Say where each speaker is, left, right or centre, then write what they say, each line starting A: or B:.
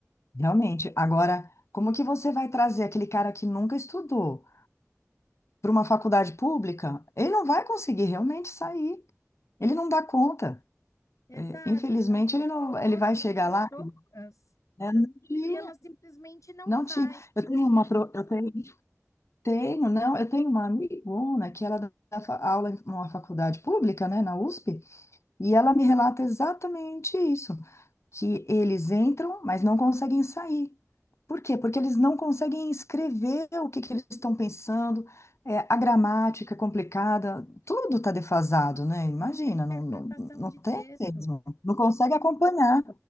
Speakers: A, on the left (about 60°); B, on the left (about 75°).
A: realmente. Agora, como que você vai trazer aquele cara que nunca estudou para uma faculdade pública? Ele não vai conseguir realmente sair. Ele não dá conta.
B: Exato.
A: É, infelizmente,
B: Então você
A: ele não,
B: coloca
A: ele vai
B: as
A: chegar
B: pessoas
A: lá, né? Não tinha,
B: e e elas simplesmente não
A: não
B: saem,
A: tinha. Eu tenho uma, pro- eu tenho Tenho, não, eu tenho uma amigona que ela dá fa- aula em uma faculdade pública, né, na USP, e ela me relata exatamente isso, que eles entram, mas não conseguem sair. Por quê? Porque eles não conseguem escrever o que que eles estão pensando, é, a gramática é complicada, tudo está defasado, né? Imagina,
B: não tem interpretação
A: não, não, não
B: de
A: tem
B: texto.
A: mesmo, não consegue acompanhar.